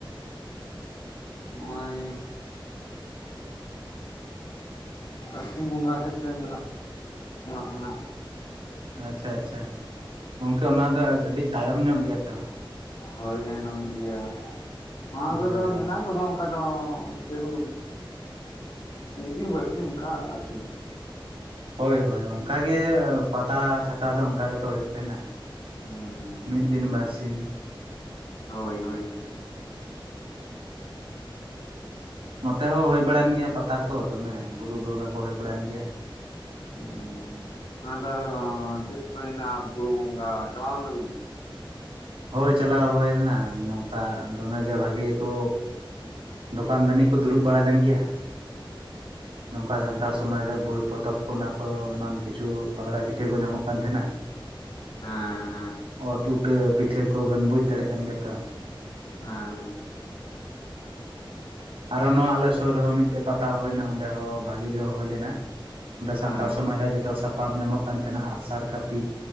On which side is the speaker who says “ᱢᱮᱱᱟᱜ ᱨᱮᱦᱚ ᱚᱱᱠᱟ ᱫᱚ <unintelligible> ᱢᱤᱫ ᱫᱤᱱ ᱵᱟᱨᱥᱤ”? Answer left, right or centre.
Left